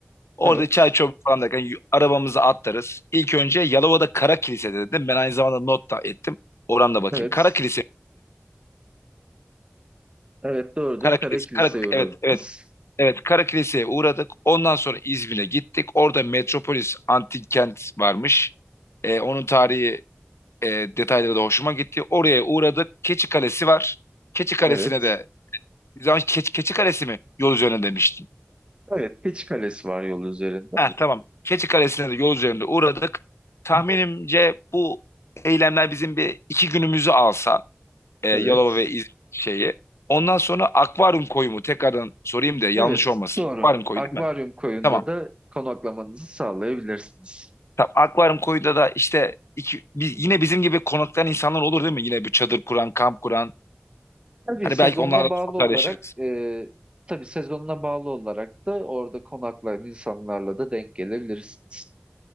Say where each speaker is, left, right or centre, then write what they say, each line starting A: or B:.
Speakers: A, on the left; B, on the right.
A: Orada
B: Evet.
A: çay çorba falan derken y- arabamızı atlarız. İlk önce Yalova'da Kara Kilise dedim. Ben aynı zamanda not da ettim. Oradan da bakayım.
B: Evet.
A: Kara Kilise.
B: Evet doğrudur.
A: Kara
B: Kara
A: Kilise.
B: Kilise'ye
A: Kara,
B: uğradınız.
A: evet evet. Evet Kara Kilise'ye uğradık. Ondan sonra İzmir'e gittik. Orada Metropolis Antik Kent varmış. E, onun tarihi e, detayları da hoşuma gitti. Oraya uğradık. Keçi Kalesi var. Keçi Kalesi'ne
B: Evet.
A: de zaman Keçi, Keçi Kalesi mi yol üzerine demiştin.
B: Evet. Keçi Kalesi var yol üzerinde.
A: Ha, tamam. Keçi Kalesi'ne de yol üzerinde uğradık. Tahminimce bu eylemler bizim bir iki günümüzü alsa e, Yalova
B: Evet.
A: ve İz şeyi. Ondan sonra akvaryum koyu mu? Tekrardan sorayım da yanlış
B: Evet.
A: olmasın.
B: Doğru.
A: Akvaryum koyu
B: Akvaryum
A: değil mi?
B: koyunda
A: Tamam.
B: da konaklamanızı sağlayabilirsiniz.
A: Tamam. Akvaryum koyuda da işte iki, bi- yine bizim gibi konaklayan insanlar olur değil mi? Yine bir çadır kuran, kamp kuran.
B: Tabii
A: Hani
B: sezonuna
A: belki onlarla
B: bağlı
A: sosyalleşiriz.
B: olarak e, tabii sezonuna bağlı olarak da orada konaklayan insanlarla da denk gelebilirsiniz.